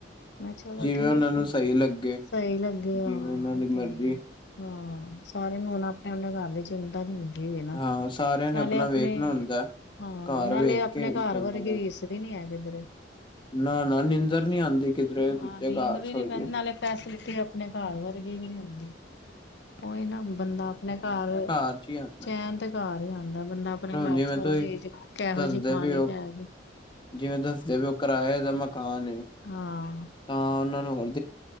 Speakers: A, on the left (about 65°); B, on the left (about 25°).
A: ਮੈਂ ਕਿਹਾ ਚਲੋ
B: ਜਿਵੇਂ
A: ਠੀਕ
B: ਉਹਨਾਂ ਨੂੰ
A: ਹੈ
B: ਸਹੀ ਲੱਗੇ
A: ਸਹੀ ਲੱਗੇ ਹਾਂ
B: ਜਿਵੇਂ ਉਹਨਾਂ
A: ਉਹ
B: ਦੀ
A: ਤੇ
B: ਮਰਜ਼ੀ
A: ਹਾਂ ਸਾਰਿਆਂ ਨੂੰ ਹੁਨ ਆਪਣੇ ਆਪਣੇ ਘਰ ਦੀ ਚਿੰਤਾ ਤਾਂ ਨ ਨਾ
B: ਹਾਂ ਸਾਰਿਆਂ ਨੇ
A: ਨਾਲੇ
B: ਆਪਣਾ
A: ਆਪਣੇ
B: ਵੇਖਣਾ ਹੁੰਦਾ
A: ਹਾਂ
B: ਘਰ
A: ਨਾਲੇ
B: ਵੇਖ
A: ਆਪਣੇ
B: ਕੇ
A: ਘਰ
B: ਚੱਲਣਾ
A: ਵਰਗੀ ਵੀ ਰੀਸ <unintelligible>
B: ਨਾ-ਨਾ ਨੀਂਦਰ ਨੀ ਆਂਦੀ ਕਿਧਰੇ ਦੂਜੇ
A: ਹਾਂ ਨੀਂਦ
B: ਘਰ
A: ਵੀ
B: ਸੋ
A: ਨੀ
B: ਹੋ ਜੇ
A: ਪੈਂਦੀ ਨਾਲੇ ਫੈਸਿਲਿਟੀ ਆਪਣੇ ਘਰ ਵਰਗੀ ਵੀ ਨੀ ਹੁੰਦੀ ਉਹੀ ਨਾ ਬੰਦਾ ਆਪਣੇ ਘਰ
B: ਹਾਂਜੀ ਹਾ
A: ਚੈਨ ਤੇ ਘਰ ਹੀ ਆਂਦਾ ਬੰਦਾ ਆਪਣੇ ਘਰ
B: ਜਿਵੇਂ
A: ਸੋ
B: ਤੁਸੀਂ
A: ਜ ਕਿਹੋ
B: ਦੱਸਦੇ
A: ਜਿਹੀ ਖਾਣੀ
B: ਪਏ ਹੋ
A: ਕਿਹੋ ਜਿ
B: ਜਿਵੇਂ ਦੱਸਦੇ ਵੀ ਉਹ ਕਿਰਾਏ ਦਾ ਮਕਾਨ ਹੈ
A: ਹਾਂ
B: ਤਾਂ ਉਹਨਾਂ ਨੂੰ ਹੋ ਰ